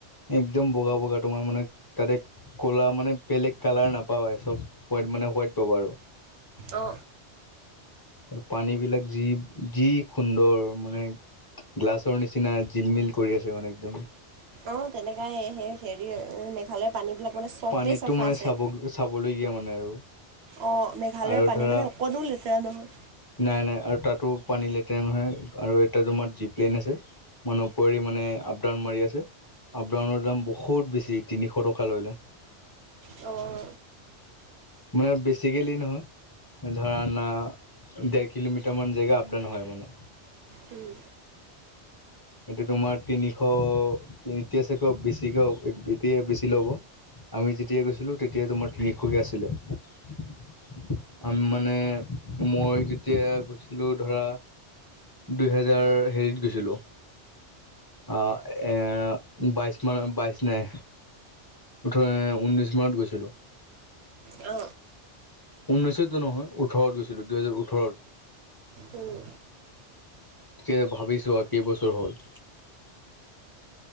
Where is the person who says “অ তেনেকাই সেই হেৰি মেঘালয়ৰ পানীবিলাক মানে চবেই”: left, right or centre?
Right